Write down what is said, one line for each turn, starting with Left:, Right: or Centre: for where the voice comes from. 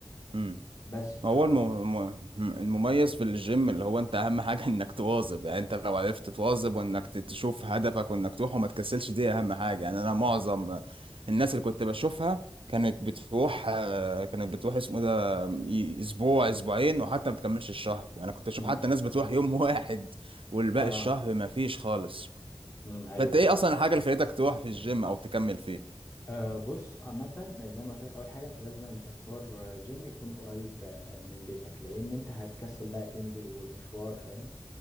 Right: امم
Left: بس
Right: هو
Left: ف
Right: الم- الم- المميز في الجيم اللي هو انت اهم حاجة <laughs> انك تواظب يعني انت لو عرفت تواظب وانك ت- تشوف هدفك وانك تروح وما تكسلش دي اهم حاجة يعني انا معظم
Left: مم.
Right: الناس اللي كنت بشوفها كانت بتروح آه، كانت بتروح اسمه ده ي- اسبوع اسبوعين وحتى ما بتكملش الشهر يعني كنت اشوف
Left: امم
Right: حتى ناس بتروح يوم واحد والباقي
Left: اه
Right: الشهر ما فيش خالص
Left: امم ايوه
Right: فانت
Left: ايوه
Right: ايه اصلا الحاجة اللي خليتك تروح في الجيم او تكمل فيه
Left: آه بص عامة زي ما قلت لك أول حاجة أنت لازم أن تختار جيم يكون قريب آه، من بيتك لأن أنت هتكسل بقى تنزل والمشوار فاهم